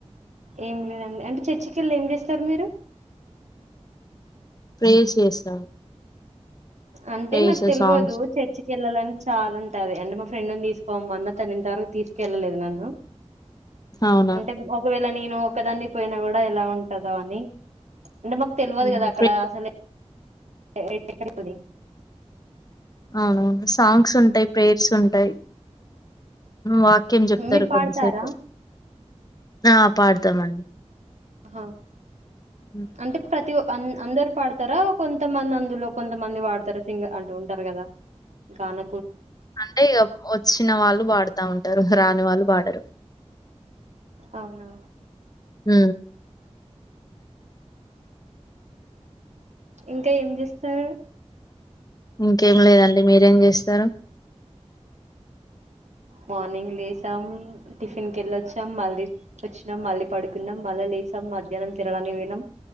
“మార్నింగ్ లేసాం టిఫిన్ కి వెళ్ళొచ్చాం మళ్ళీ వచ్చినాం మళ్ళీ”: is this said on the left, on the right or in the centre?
Right